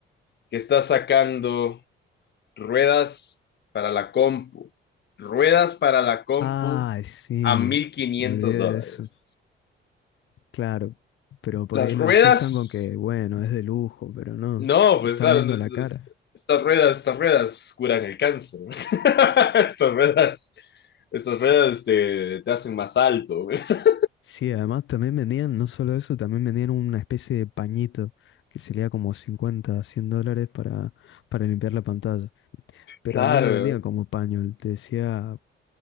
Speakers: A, on the left; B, on the left.
A: que está sacando ruedas para la compu, ruedas para la compu
B: Ay, sí,
A: a mil quinientos
B: me olvidé
A: dólares.
B: de eso. Claro, pero por
A: Las
B: ahí lo
A: ruedas
B: excusan con que, bueno, es de lujo, pero no,
A: No,
B: te
A: pues
B: están
A: claro,
B: viendo
A: no, es-
B: la cara.
A: es- estas ruedas, estas ruedas curan el cáncer. <laughs> Estas ruedas, estas ruedas te, te hacen más alto. <laughs>
B: Sí, además también vendían, no solo eso, también vendían una especie de pañito que sería como cincuenta, cien dólares para, para limpiar la pantalla. Pero
A: Claro.
B: no lo vendían como paño, te decía,